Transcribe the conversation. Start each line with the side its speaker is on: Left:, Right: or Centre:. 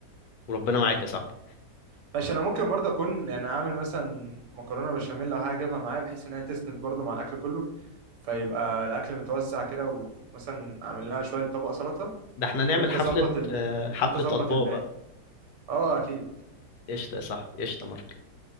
Left: وربنا معاك يا صاحبي
Right: ماشي انا ممكن برضه اكون يعني اعمل مثلا مكرونه بشاميل او حاجه اجيبها معايا بحيث انها تسند برضه مع الاكل كله فيبقى الاكل متوزع كده ومثلا اعمل لنا شويه طبق سلطه
Left: ده احنا نعمل
Right: وانت
Left: حفلة
Right: ظبط ال...
Left: آه، حفلة
Right: وانت ظبط
Left: أطباء
Right: الباقي
Left: بقى
Right: اه اكيد
Left: قشطة يا صاحبي قشطة مارك